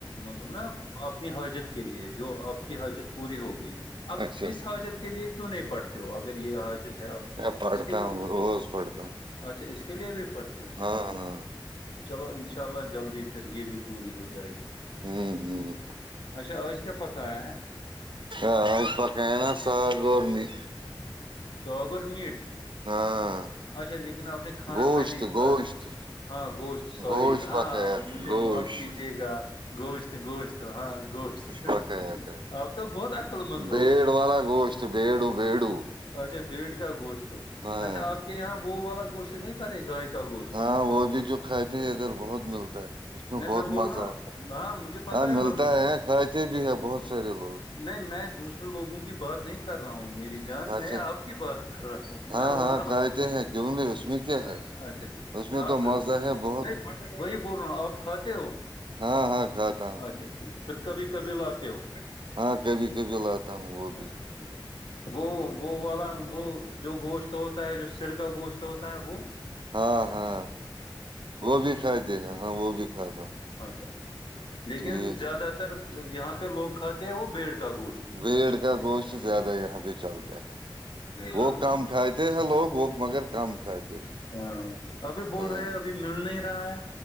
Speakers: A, on the left (about 65°); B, on the right (about 70°).
A: مطلب نا اپنی حاجت کے لیے جو آپ کی حاجت پوری ہوگی اب
B: اچھا
A: اس حاجت کے لیے کیوں نہیں پڑھتے ہو اگر یہ حاجت ہے آپ کی
B: ا پڑھتا
A: اس کے لیے
B: ہوں روز پڑھتا ہوں
A: اچھا اس کے لیے بھی پڑتی ہوں
B: ہاں ہاں
A: چلو انشاء اللہ جلدی پھر یہ بھی پوری ہو جائے گی
B: ہوں ہوں
A: اچھا آج کیا پکا ہے
B: ا آ پک ن سا گورمی <unintelligible>
A: سوگ اور میٹ
B: ہاں
A: اچھا لیکن آپ نے کھانا
B: گوشت
A: پہلے ہی کھایا
B: گوشت
A: ہاں گوشت سوری
B: گوشت
A: ہاں
B: پکایا
A: مجھے
B: تھا گوشت
A: مف کیجیے گا گوشت گوشت تو ہاں گوشت
B: پکایا تھا
A: اپ تو بہت اقل مند
B: بیڑ
A: ہو
B: والا گوشت بیڑو بیڑو
A: اچھا بیٹ کا گوشت
B: ہاں
A: اچھا آپ کے یہاں وہ والا گوشت نہیں کھاتے گائے کا گوشت
B: ہاں وہ بھی جو کھاتی ہے ادھر بہت ملتا ہے اس میں
A: نہیں
B: بہت
A: بول
B: مزہ
A: رہا ہوں
B: آتا
A: ہاں مجھے پتا
B: ہاں
A: ہے
B: ملتا ہے کھاتے بھی ہے بہت سارے لوگ
A: نہیں میں دوسرے لوگوں کی بات نہیں کر رہا ہوں میری جان
B: کھاتے
A: میں آپ کی بات کر رہا ہوں میں
B: ہاں
A: بول
B: ہاں
A: رہا
B: کھاتے
A: ہوں
B: ہیں کیوں نہیں اس میں کیا ہے
A: اچھا ٹھیک
B: اس میں
A: آپ
B: تو
A: کا
B: مزہ ہے بہت
A: نہیں وہی بول رہا ہوں آپ کھاتے ہو
B: ہاں ہاں کھاتا ہوں
A: اچھا ٹھیک پھر کبھی کبھی لاتے ہو
B: ہاں کبھی کبھی لاتا ہوں وہ بھی
A: اچھا ٹھیک <inaudible> وہ وہ والا وہ جو گوشت ہوتا ہے جو سر کا گوشت ہوتا ہے وہ
B: ہاں ہاں وہ بھی کھاتی ہیں ہاں وہ بھی کھاتا ہوں
A: اچھا ٹھ لیکن
B: ٹھیک
A: زیادہ تر یہاں پہ لوگ کھاتے ہیں وہ بیڑ کا گوشت
B: ویڑ کا گوشت زیادہ یہاں پہ چلتا ہے
A: بیڑ
B: وہ
A: کا گوشت
B: کم کھاتے ہیں لوگ وہ مگر کم کھاتے ہیں
A: ہاں ابھی بول
B: ہاں
A: رہے ابھی مل نہیں رہا ہے